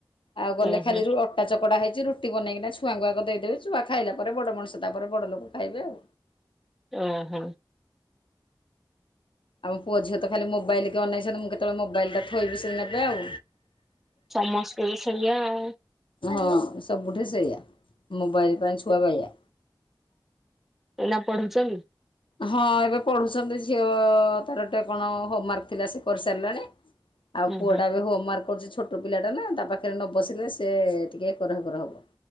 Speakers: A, on the left (about 85°); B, in the centre.
A: ଆଉ ଗଲେ
B: ଓହୋ
A: ଖାଲି ରୁ ଅ ଟା ଚକଡ଼ା ହେଇଚି ରୁଟି ବନେଇକିନା ଛୁଆଙ୍କୁ ଆଗ ଦେଇଦେବେ ଛୁଆ ଖାଇଲା ପରେ ବଡ଼ ମଣିଷ ତାପରେ ବଡ଼ ଲୋକ ଖାଇବେ ଆଉ।
B: ଓଁ ହୋ।
A: ଆମ ପୁଅ ଝିଅ ତ ଖାଲି ମୋବାଇଲି କି ଅନେଇଛନ୍ତି ମୁଁ କେତେବେଳେ ମୋବାଇଲ ଟା ଥୋଇବି ସେ ନେବେ ଆଉ।
B: ସମସ୍ତେ ବି ସେଇଆ ଆଉ।
A: ହଁ ସବୁଠି ସେୟା ମୋବାଇଲ୍ ପାଇଁ ଛୁଆ ବାୟା।
B: ଏଇନା ପଢୁଚନ୍ତି।
A: ହଁ ଏବେ ପଢୁଛନ୍ତି ଝିଅ ତାର ଟେ କଣ ହୋମ୍ୱାର୍କ ଥିଲା ସେ କର୍ସାରିଲାଣି। ଆଉ
B: ଓହୋ
A: ପୁଅଟା ବି ହୋମ୍ୱାର୍କ କରୁଛି ଛୋଟ ପିଲାଟା ନା ତା ପାଖରେ ନ ବସିଲେ ସେ ଟିକେ ଏକର ହେକର ହବ।